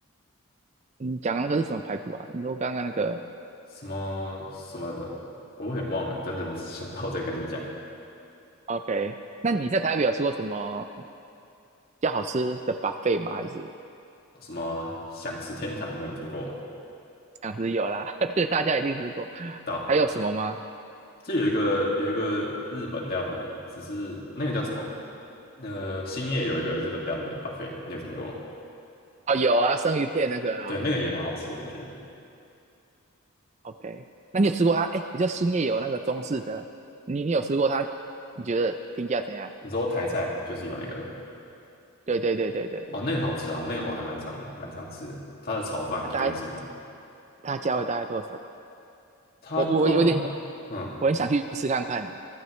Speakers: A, on the right; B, on the left.
A: 你讲的那个是什么排骨啊？你说刚刚那个
B: 什么什么的，我有点忘了，等等想到再跟你讲。
A: ，OK？那你在台北有吃过什么比较好吃的 buffet 吗？还是
B: 什么享食天堂，你有听过吗？
A: 想吃有啦，<laughs> 这个大家一定吃过。
B: 对啊，
A: 还有什么吗？
B: 这有一个有一个日本料理的，只是那个叫什么？那个兴业有一个日本料理的 buffet，你有听过吗？
A: 哦，有啊，生鱼片那个啊，
B: 对，那个也蛮好吃的，我觉得。
A: OK，那你有吃过它？哎，知道兴业有那个中式的，你你有吃过它？你觉得评价怎样？
B: 你说台菜嘛，就是有那个
A: 对对对对对，
B: 哦，那个好吃啊，那个我还蛮常蛮常吃的。它的炒饭跟什么？
A: 它大概它价位大概多少吧
B: 它通嗯，
A: 我我我有点我很想去吃看看呢。